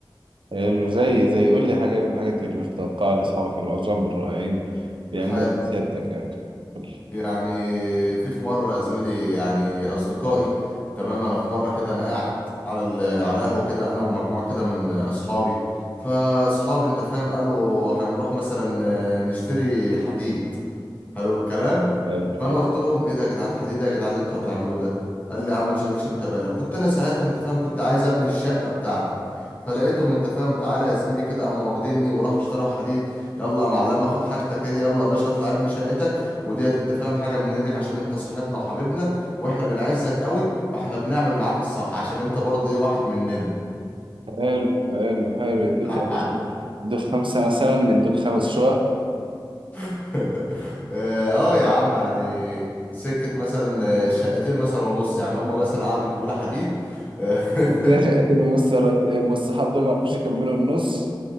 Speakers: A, on the right; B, on the left.
A: حلو زي زي قول لي حاجة من الحاجات اللي مش متوقعها لأصحابك العظام الرائعين بيعملوها
B: حلو
A: بسيادتك يعني قول لي
B: يعني في في مرة يا زميلي يعني أصدقائي تمام أنا في مرة كده أنا قاعد على ال- على القهوة كده أنا ومجموعة كده من أصحابي فأصحابي أنت فاهم قالوا هنروح مثلا آه، نشتري حديد حلو الكلام
A: حلو
B: فانا قلت لهم ايه ده يا جدعان حديد إيه يا جدعان اللي انتوا هتعملوه ده قال لي يا عم ما تشغلش انت بالك كنت انا ساعتها انت فاهم كنت عايز ابني الشقه بتاعتي فلقيتهم انت فاهم تعالى يا زميلي كده قاموا واخديني وراحوا اشتروا حديد يلا يا معلمه خد حاجتك ايه يلا يا باشا اطلع ابني شقتك وديت انت فاهم حاجه منك عشان انت صاحبنا وحبيبنا واحنا بنعزك قوي فاحنا بنعمل معاك الصح عشان انت برضه ايه واحد مننا
A: حلو حلو حلو يدوك
B: <laughs>
A: يا باشا. يدوك خمسة مثلا يدوك خمس شقق
B: <laughs> اه آه يا عم يعني سكة مثلا آه، شقتين مثلا ونص يعني هم مثلا قعدوا يجيبوا لي حديد آه، <laughs>
A: ازاي شقتين ونص الر- الصحاب دول <laughs> ما عرفوش يكملوا النص